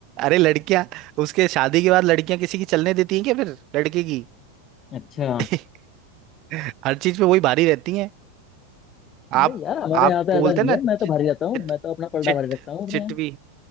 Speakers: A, on the right; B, on the left.
A: अरे लड़कियां उसके शादी के बाद लड़कियां किसी की चलने देती हैं क्या फिर लड़के की
B: अच्छा
A: <laughs> हर चीज पे वही भारी रहती हैं
B: नहीं
A: आप
B: यार हमारे
A: आप
B: यहाँ तो ऐसा
A: बोलते
B: नहीं
A: हैं ना
B: है
A: चिट
B: मैं तो भारी रहता हूँ
A: चिट
B: मैं तो अपना पलड़ा
A: चिट
B: भारी रखता हूँ अपने
A: चिटवी
B: यहाँ